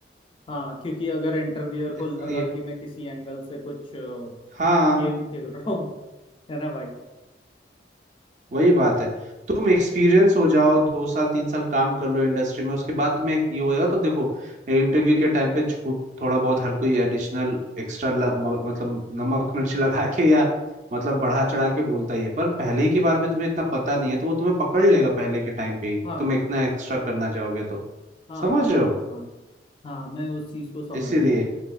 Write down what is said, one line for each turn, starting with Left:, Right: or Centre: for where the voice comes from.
Left: हाँ क्योंकि अगर इंटरव्यूअर को
Right: इसलिए
Left: लगा कि मैं किसी एंगल से कुछ गेम
Right: हाँ
Left: खेल रहा हूँ है ना भाई
Right: वही बात है तुम एक्सपीरियंस हो जाओ दो साल तीन साल काम कर लो इंडस्ट्री में उसके बाद तुम्हें एक ये होएगा तो देखो इंटरव्यू के टाइम पे झूठ थोड़ा बहुत हर कोई एडिशनल एक्स्ट्रा मतलब नमक मिर्च लगा के या मतलब बढ़ा चढ़ा के बोलता ही है पर पहले ही के बारे में तुम्हें इतना पता नहीं है तो वो तुम्हें पकड़ लेगा पहले के टाइम पे ही
Left: हाँ
Right: तुम इतना एक्स्ट्रा करना जाओगे तो
Left: हाँ
Right: समझ
Left: हाँ हाँ
Right: रहे हो
Left: हाँ हाँ हाँ, मैं उस चीज को समझ
Right: इसीलिए
Left: गया